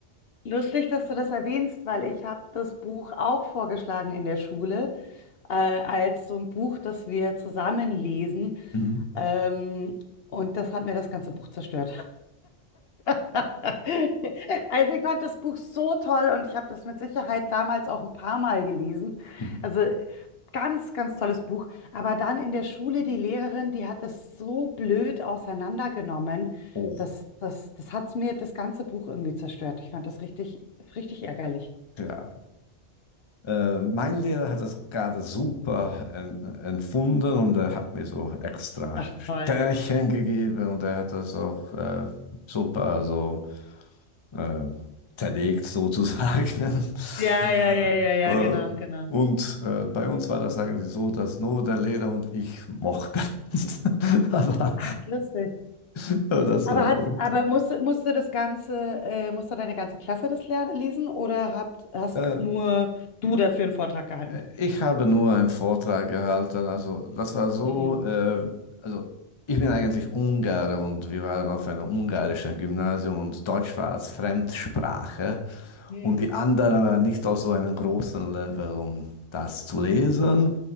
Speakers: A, on the left (about 60°); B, on the left (about 30°).
A: Lustig, dass du das erwähnst, weil ich habe das Buch auch vorgeschlagen in der Schule, äh, als so ein Buch, das wir zusammen lesen.
B: Mhm.
A: Ähm, und das hat mir das ganze Buch zerstört. <laughs> Also ich fand das Buch so toll und ich habe das mit Sicherheit damals auch ein paar Mal gelesen.
B: Mhm.
A: Also ganz, ganz tolles Buch. Aber dann in der Schule, die Lehrerin, die hat das so blöd auseinandergenommen,
B: Oh,
A: dass das, das hat mir das ganze Buch irgendwie zerstört. Ich fand das richtig, richtig ärgerlich.
B: ja. Äh, mein Lehrer hat das gerade super en empfunden und er hat mir so extra
A: Ach toll.
B: Sternchen gegeben und er hat das auch äh, super so äh, zerlegt sozusagen.
A: Ja,
B: <laughs>
A: ja, ja, ja, ja,
B: äh,
A: genau, genau.
B: und äh, bei uns war das eigentlich so, dass nur der Lehrer und ich mochten. <laughs> Aber
A: Ach, lustig.
B: <laughs> das
A: Aber
B: war
A: hat,
B: gut.
A: aber musste, musste das ganze, äh, musste deine ganze Klasse das ler- lesen oder habt, hast
B: Äh,
A: nur du dafür einen Vortrag gehalten?
B: Äh, Ich habe nur einen Vortrag gehalten, also das war so,
A: Hm.
B: äh, also ich bin eigentlich Ungare und wir waren auf einem ungarischen Gymnasium und Deutsch war als Fremdsprache
A: Hm.
B: und die anderen waren nicht auf so einem großen Level, um das zu lesen,